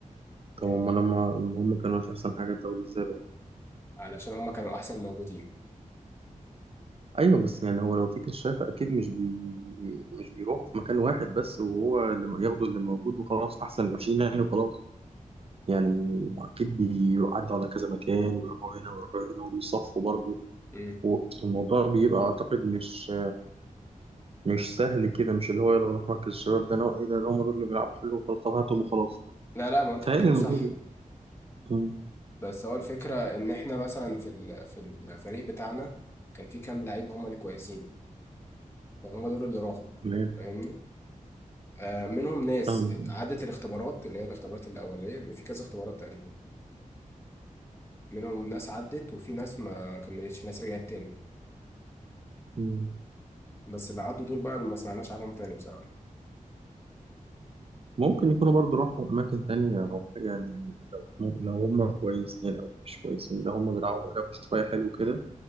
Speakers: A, on the left; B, on the right.
A: يعني
B: طب هما لما لما هما كانوا مش أحسن حاجة طب إزاي بقى؟
A: علشان هم كانوا احسن الموجودين
B: أيوه بس يعني هو لو في كشاف أكيد مش بي مش بيروحوا في مكان واحد بس وهو اللي م- ياخدوا اللي موجود وخلاص أحسن العشرين يعني وخلاص يعني أكيد بيعدوا على كذا مكان ويروحوا هنا ويروحوا هنا وبيصفوا برضه
A: مم.
B: والموضوع بيبقى أعتقد مش مش سهل كده مش اللي هو يلا نروح مركز الشباب ده نوع ايه ده ده هم دول اللي بيلعبوا حلو وخلاص طب هاتهم وخلاص
A: لا لا ما انت
B: تهيألي
A: بتتكلم
B: الموضوع
A: صح
B: ده مم.
A: بس هو الفكره ان احنا مثلا في ال- في الفريق بتاعنا كان في كام لعيب هم اللي كويسين فهم دول اللي راحوا
B: لا،
A: فاهمني آه، منهم ناس
B: فاهم.
A: عدت الاختبارات اللي هي الاختبارات الأولية بيبقى في كذا اختبارات تقريبا منهم ناس عدت وفي ناس ما كملتش في ناس رجعت تاني
B: مم.
A: بس اللي عدوا دول بقى اللي ما سمعناش عنهم تاني بصراحة
B: ممكن يكونوا برضو راحوا أماكن تانية أو حاجة يعني لو, ممكن لو هم كويسين يعني أو مش كويسين لو هم بيلعبوا لعبوا شوية حلو كده